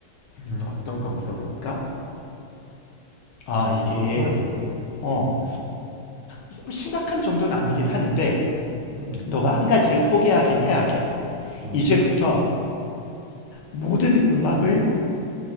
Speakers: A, on the left (about 75°); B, on the right (about 90°).
A: 음, 어떤 거 물어볼까? 아, 이게
B: 편하게 물어봐.
A: 어, 이게 뭐 심각한 정도는 아니긴 하는데
B: 음,
A: 너가 한 가지를 포기하긴 해야 돼.
B: 음.
A: 이제부터 모든 음악을